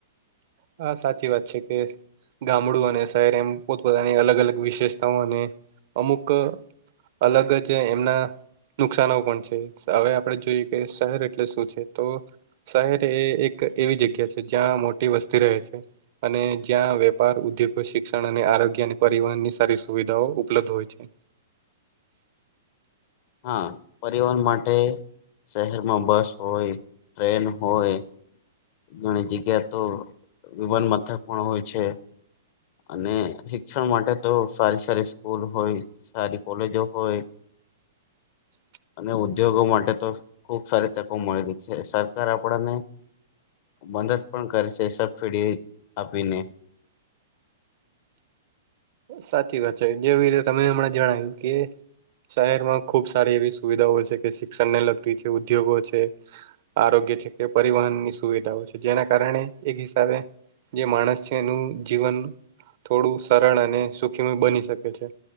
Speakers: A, on the right; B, on the left.
A: હા સાચી વાત છે કે. ગામડું અને શહેર એમ પોતપતાની અલગ અલગ વિશેષતાઓ અને અમુક અલગ જ એમના નુકશાનૈ પણ છે હવે આપણેે જોઈએ કે શહેર એટલે શું છે તો શહેર એ એક એવી જગ્યા છે, જ્યાં મોટી વસ્તી રહે છે. અને જ્યાં વેપાર, ઉદ્યોગો, શિક્ષણ અને આરોગ્ય અને પરિવહન ની સારી સુવિધાઓ ઉપલબ્ધ હોય. છે.
B: હા પરિવહન માટે શહેરમાં બસ હોય, ટ્રેન હોય. ઘણી જગ્યા તો વિમાન મથક પણ હોય છે. અને શિક્ષણ માટે તો સારી સારી સ્કૂલ હોય સારી કોલેજો હોય.
A: <inaudible>
B: અને ઉદ્યોગો માટે તો ખુબ સારી તકો મળી રહી છે સરકાર આપણને મદદ પણ કરે છે, સબસીડી આપીને.
A: સાચી વાત છે જેવી રીતે તમે હમણાં જણાવ્યું કે. શહેરમાં ખુબ સારી એવી સુવિધાઓ છે કે શિક્ષણને લગતી છે ઉદ્યોગો છે. આરોગ્ય છે કે પરિવહનની સુવિધાઓ છે જેના કારણે એક હિસાબે જે માણસ છે એનું જીવન થોડું સરળ અને સુખીમય બની શકે છે